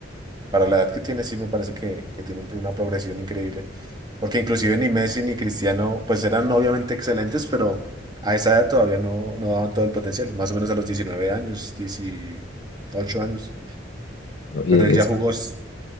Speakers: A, on the right; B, on the left.
A: Para la edad que tiene, sí me parece que, que tiene un una progresión increíble. Porque inclusive ni Messi ni Cristiano, pues eran obviamente excelentes, pero a esa edad todavía no, no daban todo el potencial. Más o menos a los 19 años, 18 años.
B: ¿no? Y
A: Pero
B: es,
A: él ya jugó, s-